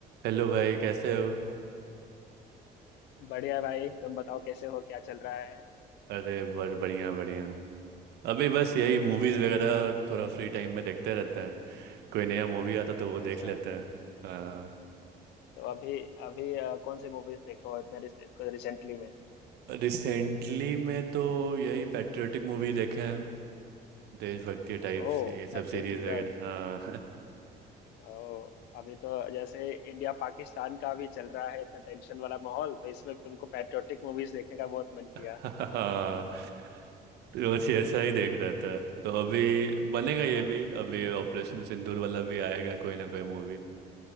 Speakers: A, on the right; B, on the left.
A: Hello भाई कैसे हो
B: बढ़िया भाई तुम बताओ कैसे हो क्या चल रहा है
A: अरे बर बढ़िया बढ़िया अभी बस यही मूवीज वगैरह थोड़ा फ्री टाइम में देखते रहते हैं कोई नया मूवी आता तो वो
B: अच्छा
A: देख लेते हैं हाँ,
B: तो अभी अभी अ, कौन सी मूवीज देखे हो इतने रिसेंटली में
A: रिसेंटली में तो यही पैट्रियोटिक मूवी देखे हैं देशभक्ति टाइप
B: ओ
A: से ये सब
B: पैट्रियोटिज्म
A: सीरीज वगैरह हाँ
B: ओ अभी तो जैसे इंडिया पाकिस्तान का भी चल रहा है इतना टेंशन वाला माहौल तो इसमें तुमको पैट्रियोटिक मूवीज देखने का बहुत मन किया
A: <laughs> हाँ रोज ऐसा ही देख रहा था तो अभी बनेगा ये
B: हाँ
A: भी अभी ऑपरेशन सिंदूर वाला भी आएगा कोई ना कोई मूवी